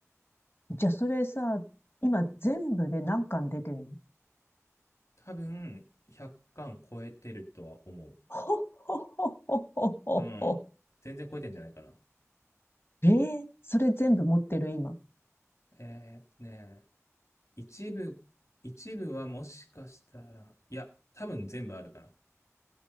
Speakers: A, on the left; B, on the left.
A: じゃあ、それさ、今全部で何巻出てんの
B: 多分、100巻超えてるとは思う。
A: ほっほっほっほっほっほっほ。
B: うん。全然超えてんじゃないかな。
A: <laughs> ええそれ全部持ってる、今。
B: えーっとね、一部、一部はもしかしたら、いや、多分全部あるかな。